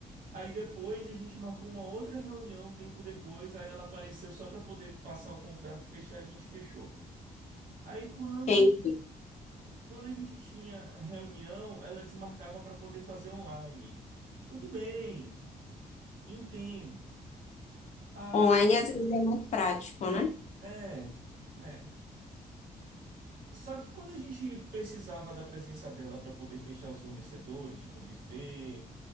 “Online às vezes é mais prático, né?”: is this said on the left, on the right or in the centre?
Left